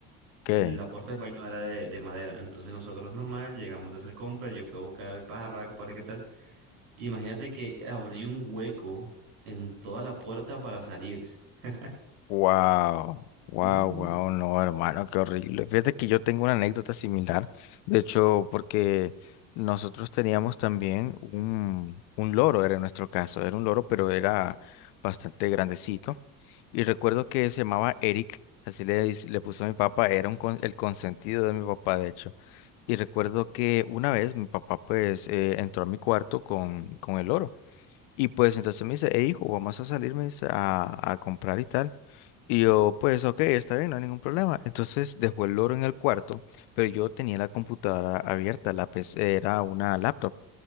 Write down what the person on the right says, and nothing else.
El- La puerta del baño era de, de madera, entonces nosotros normal, llegamos de hacer compras, yo fui a buscar el pajarraco para qué tal. Imagínate que abrió un hueco en toda la puerta para salirse. <clears throat>
Mm.